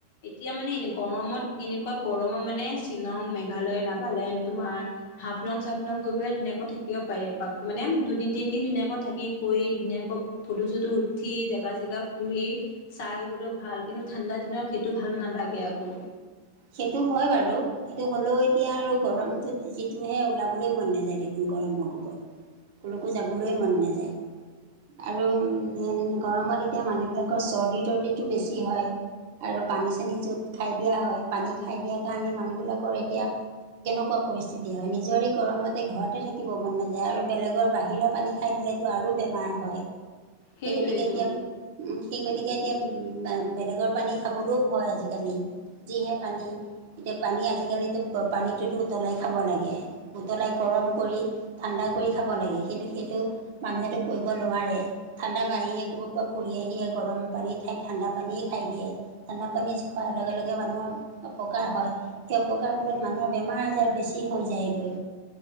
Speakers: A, on the left; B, on the right.
A: এতিয়া মানে এ গৰমত এনেকুৱা গৰমত মানে শ্বিলং মেঘালয় নাগালেণ্ড তোমাৰ হাফ লং চাফলং গৈ পেলাই ধুনীয়াকৈ থাকিব পাৰি এপাক মানে দুদিন তিনদিন ধুনীয়াকৈ থাকি কৰি ধুনীয়াকৈ ফটো চটো উঠি জেগা চেগা ফুৰি চাই আহিবলৈ ভাল কিন্তু ঠাণ্ডা দিন টো ভাল নালাগে আকৌ।
B: সেটো হয় বাৰু। কিন্তু হ'লেও এতিয়া আৰু গৰমটোত যিটোহে ওলাবলৈ মন নাযায় দেখোন গৰমৰ গোবত। কলোকো যাবলৈ মন নাযায়। আৰু গৰমত এতিয়া মানুহবিলাকৰ চৰ্দি তৰ্দিটো বেছি হয়। আৰু পানী চানী য'ত খাই দিয়া হয়। পানী খাই দিয়া কাৰণে মানুহবিলাকৰ এতিয়া কেনেকুৱা পৰিস্থিতি হয় নিজৰে গৰমতে ঘৰতে থাকিব মন নাযায় আৰু বেলেগৰ বাহিৰা পানী খাই দিলেতো আৰু বেমাৰ হয়।
A: সেইটোৱেইটো।
B: সেই গতিকে এতিয়া সেই গতিকে এতিয়া বেলেগৰ পানী খাবলৈও ভয় আজিকালি যিহে পানী এতিয়া পানী আজিকালিতো পানীটোতো উতলাই খাব লাগে। উতলাই গৰম কৰি ঠাণ্ডা কৰি খাব লাগে। কিন্তু সেইটো মানুহেটো কৰিব নোৱাৰে। ঠাণ্ডা বা আহিয়ে ক'ব পা ফুৰি আহিয়ে গৰম পানী ঠাইত ঠাণ্ডা পানীয়ে খাই দিয়ে। ঠাণ্ডা পানী যি খোৱাৰ লগে লগে মানুহৰ অপকাৰ হয় সেই অপকাৰ ফলত মানুহৰ বেমাৰ আজাৰ বেছি হৈ যায়গৈ।